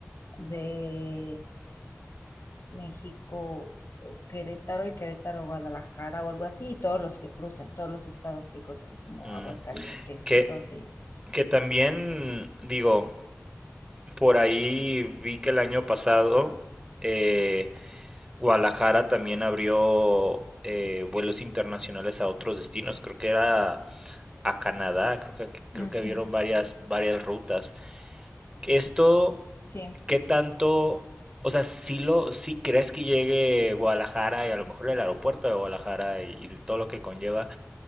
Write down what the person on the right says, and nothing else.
mm.
Que,
que también, digo, por ahí vi que el año pasado eh, Guadalajara también abrió eh, vuelos internacionales a otros destinos. Creo que era a Canadá, creo que, creo
que abrieron varias, varias rutas. Esto...
¿Qué tanto, o sea, si lo, si crees que llegue Guadalajara y a lo mejor el aeropuerto de Guadalajara y, y todo lo que conlleva